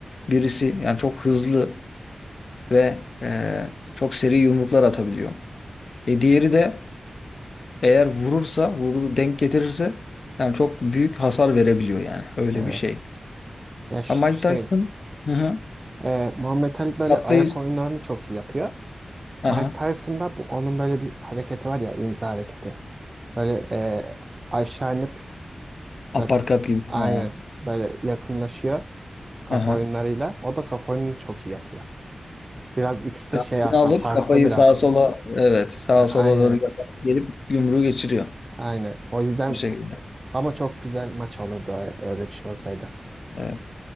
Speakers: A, on the left; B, on the right.
A: Birisi yani çok hızlı ve e, çok seri yumruklar atabiliyor. E diğeri de eğer vurursa, vurdu denk getirirse yani çok büyük hasar verebiliyor yani. Öyle
B: Evet.
A: bir şey.
B: Ya ş-
A: Ama Mike
B: şey
A: Tyson Hı hı.
B: e, Muhammed Ali böyle
A: Katlı
B: ayak oyunlarını çok iyi yapıyor. Mike
A: aha
B: Tyson'da bu onun böyle bir hareketi var ya imza hareketi. Böyle e, aşağı inip bak
A: aparkat gibi.
B: aynen
A: Ha.
B: böyle yakınlaşıyor kafa
A: Aha.
B: oyunlarıyla. O da kafa oyununu çok iyi yapıyor. Biraz ikisi
A: Kaftını
B: de şey aslında
A: alıp
B: farklı
A: kafayı
B: biraz.
A: sağa sola evet sağa
B: A-
A: sola
B: Aynen.
A: doğru yaparak gelip yumruğu geçiriyor
B: Aynen. O yüzden
A: bu şekilde.
B: ama çok güzel maç olurdu ö- öyle bir şey olsaydı.
A: Evet.